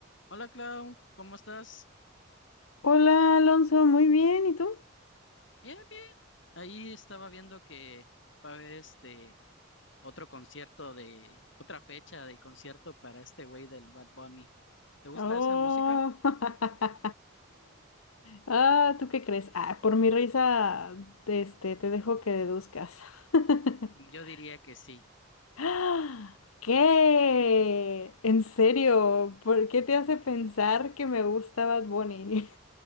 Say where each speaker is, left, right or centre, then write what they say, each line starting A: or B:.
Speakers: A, on the left; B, on the left.
A: Hola Clau, ¿cómo estás?
B: Hola Alonso, muy bien, ¿y tú?
A: Bien, bien. Ahí estaba viendo que va a haber este otro concierto de otra fecha de concierto para este güey del Bad Bunny. ¿Te gusta
B: Oh,
A: esa música?
B: <laughs> ah, ¿tú qué crees? Ah, por mi risa, este, te dejo que deduzcas. <laughs>
A: Yo diría que sí,
B: ¡Ah! ¿Qué? ¿En serio? ¿Por qué te hace pensar que me gusta Bad Bunny?